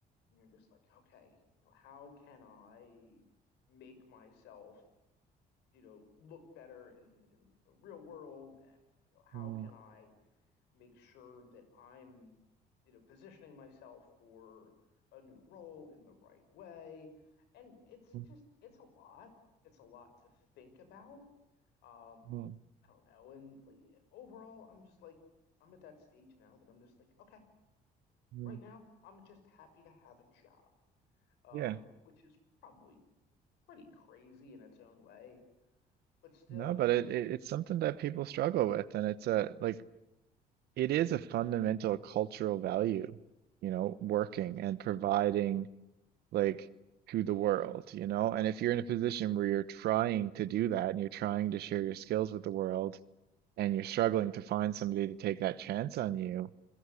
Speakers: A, on the left (about 85°); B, on the right (about 70°).
A: and you're just like, okay, you know, how can I make myself, you know, look better in in the real world and, you know, how
B: mm,
A: can I make sure that I'm, you know, positioning myself for a new role in the right way. And it's
B: mm,
A: just, it's a lot. It's a lot to think about. Um,
B: mm,
A: I don't know. And like, overall, I'm just like, I'm at that stage now that I'm just like, okay,
B: mm.
A: right now, I'm just happy to have a job, um,
B: Yeah,
A: which is probably pretty crazy in its own way. But still,
B: no, but
A: it's
B: it,
A: like,
B: it it's something that people struggle with, and it's a like it is a fundamental cultural value, you know, working and providing like to the world, you know? And if you're in a position where you're trying to do that and you're trying to share your skills with the world and you're struggling to find somebody to take that chance on you,